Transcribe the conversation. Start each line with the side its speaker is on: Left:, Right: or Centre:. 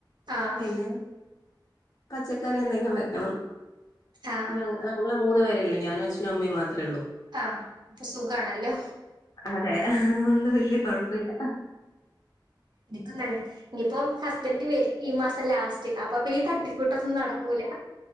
Right: ആഹ
Left: പിന്നെ പച്ചക്കറി എന്തെങ്കിലും വെക്കണം
Right: ആഹ് ആഹ്
Left: ഞങ്ങള് മൂന്ന് പേരെ ഞാനും അച്ഛനും അമ്മ മാത്രേ ഉള്ളൂ
Right: ആഹ് അപ്പൊ സുഖാണല്ലോ
Left: അതെ അതോണ്ട് വല്യ കൊഴപ്പില്ല
Right: നിക്കൊന്നല്ലേ ഇനിപ്പോം ഹസ്ബന്റ് വരും ഈ മാസം ലാസ്റ്റ് അപ്പൊ പിന്നെ ഈ തട്ടിക്കൂട്ടൊന്നും നടക്കൂല